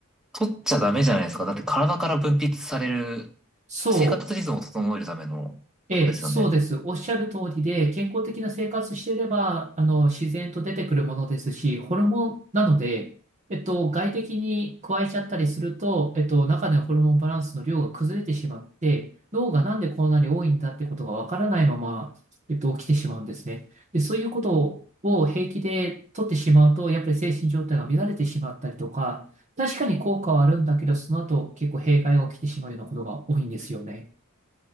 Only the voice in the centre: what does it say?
取っちゃダメじゃないですか。だって体から分泌される
生活リズムを整えるためのものですよね。